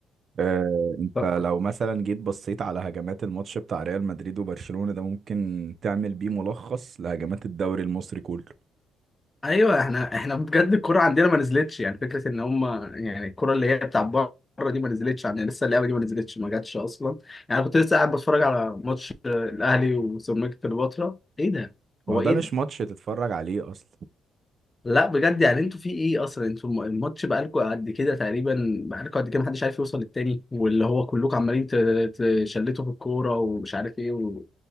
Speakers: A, on the right (about 50°); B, on the left (about 20°).
A: آه، انت
B: ف...
A: لو مثلا جيت بصيت على هجمات الماتش بتاع ريال مدريد وبرشلونة ده ممكن تعمل بيه ملخص لهجمات الدوري المصري كله
B: أيوه إحنا إحنا بجد الكورة عندنا ما نزلتش يعني فكرة إن هما يعني الكورة اللي هي بتاع بره دي ما نزلتش عندنا لسه اللعبة دي ما نزلتش ما جاتش أصلا يعني كنت لسه قاعد بتفرج على ماتش آه، الأهلي وسيراميكا كليوباترا إيه ده؟
A: ما
B: هو
A: هو ده
B: إيه
A: مش
B: ده؟
A: ماتش تتفرج عليه اصلا
B: لا بجد يعني انتوا في ايه اصلا انتوا الم- الماتش بقالكوا قد كده تقريبا بقالكوا قد كده محدش عارف يوصل للتاني واللي هو كلكم عمالين ت- تشلتوا في الكوره ومش عارف ايه و...